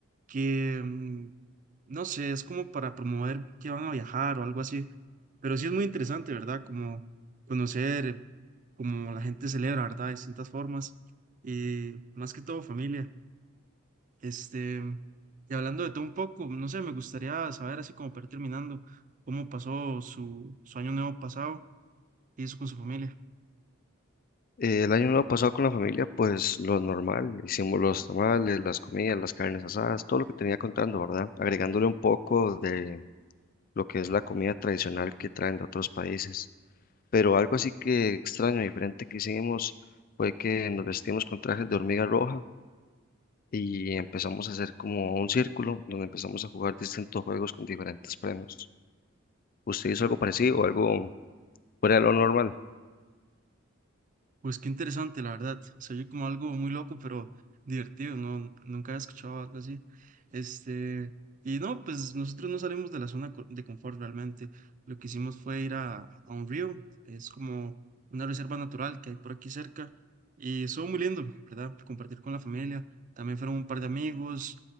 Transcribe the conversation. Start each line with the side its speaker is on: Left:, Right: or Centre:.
Right: que, mm, no sé, es como para promover que van a viajar o algo así, pero sí es muy interesante, ¿verdad? Como conocer eh, cómo la gente celebra, ¿verdad? De distintas formas y más que todo familia. Este, y hablando de todo un poco, no sé, me gustaría saber, así como para ir terminando, cómo pasó su, su año nuevo pasado y eso con su familia.
Left: Eh, el año nuevo pasado con la familia, pues lo normal, hicimos los tamales, las comidas, las carnes asadas, todo lo que tenía contando, ¿verdad? Agregándole un poco de lo que es la comida tradicional que traen de otros países. Pero algo así que extraño, diferente que hicimos fue que nos vestimos con trajes de hormiga roja y empezamos a hacer como un círculo donde empezamos a jugar distintos juegos con diferentes premios. ¿Usted hizo algo parecido o algo fuera de lo normal?
Right: Pues qué interesante, la verdad. Se oye como algo muy loco, pero divertido, no, nunca había escuchado algo así. Este, y no, pues nosotros no salimos de la zona co- de confort realmente. Lo que hicimos fue ir a, a un río, es como una reserva natural que hay por aquí cerca, y estuvo muy lindo, ¿verdad? Compartir con la familia. También fueron un par de amigos,